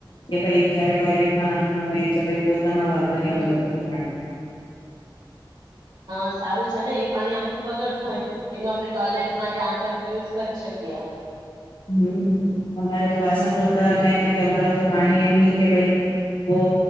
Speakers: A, on the left; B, on the right.
A: કે ભાઈ ત્યારે ટોયલેટ માં નાખવાનું હોય. કે તવા ઓમાં ભરી વાપરીએ
B: હમ
A: અમે લોકોની પાણી
B: હા સારું છે. ને એ પાણી આમ તો બગડતું હોય એનું આપડે. ટોયલેટ માં કે આમ તેમ યુઝ કરી શકીએ.
A: હમ, અમારે તો વાસણ ધોતા ટાઈમ મળે તો પાણી એમ નહી કે ભાઈ બહુ